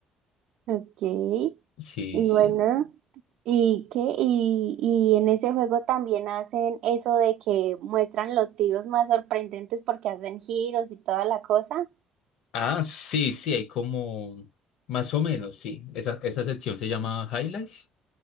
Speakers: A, on the right (about 75°); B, on the left (about 75°).
A: Ok. Y
B: Sí, sí.
A: bueno, ¿y qué? Y, y en ese juego también hacen eso de que muestran los tiros más sorprendentes porque hacen giros y toda la cosa.
B: Ah, sí, sí, hay como, más o menos, sí. Esa, esa sección se llama Highlights.